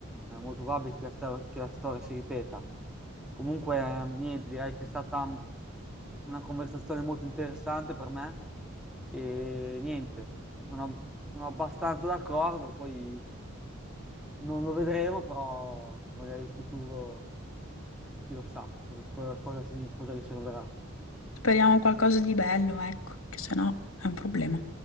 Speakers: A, in the centre; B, on the left.
A: è molto probabile che la, stor- che la storia si ripeta. Comunque, eh, niente, direi che è stata una conversazione molto interessante per me e niente, sono, sono abbastanza d'accordo, poi non lo vedremo, però magari in futuro chi lo sa cosa, cosa, cosa si, cosa riserverà.
B: Speriamo qualcosa di bello, ecco, che se no è un problema.